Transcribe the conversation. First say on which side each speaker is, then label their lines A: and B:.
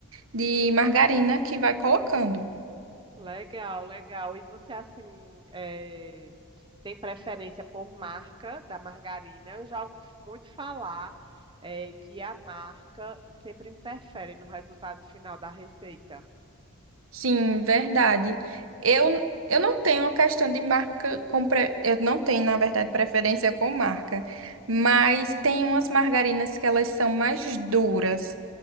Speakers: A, on the right; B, on the right.
A: de, de margarina que vai colocando.
B: Legal, legal. E você, assim, eh, tem preferência por marca da margarina? Eu já ouvi f- muito falar, eh, que a marca sempre interfere no resultado final da receita.
A: Sim, verdade. Eu, eu não tenho uma questão de marca, com pre- eu não tenho, na verdade, preferência com marca, mas tem umas margarinas que elas são mais duras.